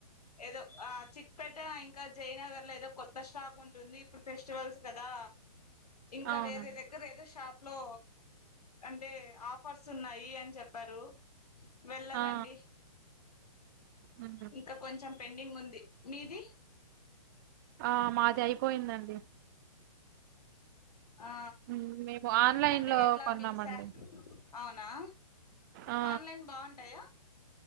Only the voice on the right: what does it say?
అవునండి
ఆ మ్మ్
ఆ మాది అయిపోయిందండి
మ్మ్ మేము ఆన్లైన్
లో
కొన్నామండి
ఆ